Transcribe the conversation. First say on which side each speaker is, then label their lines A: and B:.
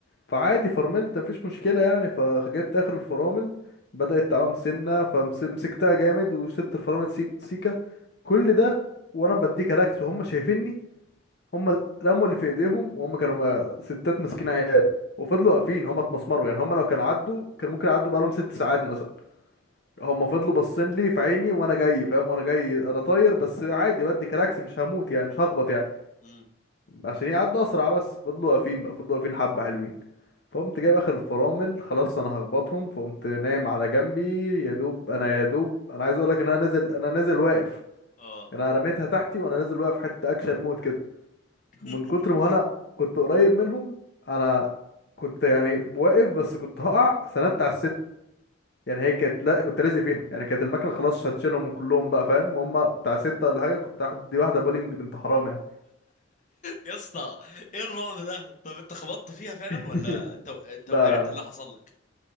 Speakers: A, on the left; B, on the left.
A: فعادي فرملت مفيش مشكله يعني فجبت اخر الفرامل بدات تعوم سنه فمسكتها جامد وسبت الفرامل سي- سيكه كل ده وانا بديك الاكس وهم شايفيني هم رموا اللي في ايديهم وهم كانوا ما- ستات ماسكين عيال وفضلوا واقفين هم اتمسمروا يعني هم لو كانوا عدوا كان ممكن يعدوا بقالهم ست ساعات مثلا هم فضلوا باصين لي في عيني وانا جاي فاهم وانا جاي انا طاير بس عادي بدي كلاكس مش هموت يعني مش هخبط يعني
B: امم
A: عشان يعدوا اسرع بس فضلوا واقفين بقى فضلوا واقفين حبه حلوين فقمت جايب اخر الفرامل خلاص انا هخبطهم فقمت نايم على جنبي يا دوب انا يا دوب انا عايز اقول لك ان انا نازل انا نازل واقف
B: اه
A: يعني انا رميتها تحتي وانا نازل واقف حته اكشن مود كده
B: <laughs>
A: من كتر ما انا كنت قريب منهم انا كنت يعني واقف بس كنت هقع سندت على الست يعني هي كانت لا كنت لازق فيها يعني كانت المكنه خلاص هتشيلهم كلهم بقى فاهم هم بتاع سته ولا حاجه كنت واحد- دي واحده بولينج بنت حرام يعني
B: يا اسطى ايه الرعب ده طب انت خبطت فيها فعلا
A: <laughs>
B: ولا انت انت
A: لا
B: وقعت
A: لا
B: اللي حصل لك